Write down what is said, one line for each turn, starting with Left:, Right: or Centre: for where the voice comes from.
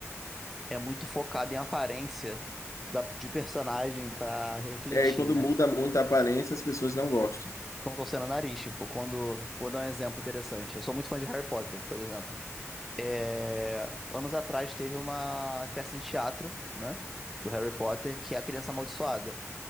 Centre: é muito focado em aparência da- de personagem pra refletir,
Left: É, e quando
Centre: né?
Left: muda muito a aparência, as pessoas não gostam.
Centre: Estão torcendo o nariz, tipo, quando. Vou dar um exemplo interessante. Eu sou muito fã de Harry Potter, por exemplo. É, Anos atrás teve uma peça de teatro, né? Do Harry Potter, que é A Criança Amaldiçoada.